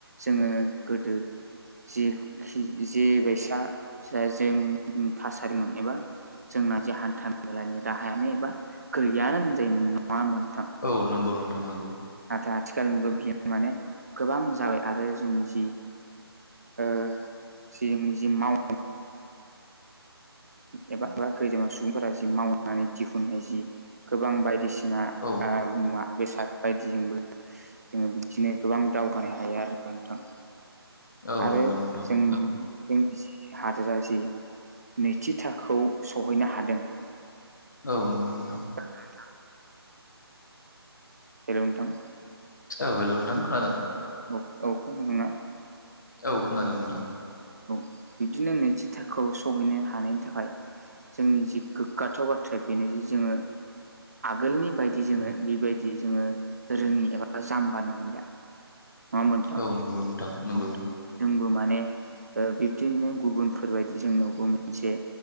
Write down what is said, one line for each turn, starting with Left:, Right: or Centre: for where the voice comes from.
Right: जोङो गोदो जि जे बायसा जों थासारिमोन एबा जोंना जे हान्था मेलानि राहायानो एबा गैयानो होनजायोमोन नङा होमबा नोंथां।
Left: औ नंगौ नोंथां नंगौ
Right: नाथाय आथिखाल मुगायाव बियो माने गोबां जाबाय आरो जोंनि जि ओ जोंनि जि माव एबा गोदोनि <unintelligible> सुबुंफोरा जि मावनानै दिहुनाय जि गोबां बायदिसिना
Left: औ
Right: आ मुवा बेसाद बायदिजोंबो जोङो बिदिनो गोबां दावगानो हायो आरो नोंथां।
Left: औ
Right: आरो
Left: नंगौ नोंथां
Right: जों
Left: नंगौ
Right: जोंनि हादोरा जि नैथि थाखोखौ सहैनो हादों
Left: औ नंगौ नोंथां।
Right: ओ नोंथां <unintelligible> हेल' नोंथां
Left: औ हेल' नोंथां खोनादों
Right: औ औ खोनदों ना
Left: औ खोनादों नोंथां
Right: औ बिदिनो नैथि थाखोआव सहैनो हानायनि थाखाय जोंनि जि गोग्गाथाव बाथ्राया बेनो जि जोङो आगोलनि बायदि जोङो बेबायदि जोङो रोङि एबा जाम्बा नंलिया नङा होमबा नोंथां
Left: औ नंगौ नोंथां नंगौ
Right: औ जोंबो माने ओ बिदिनो गुबुनफोरबायदि जोंनावबो मोनसे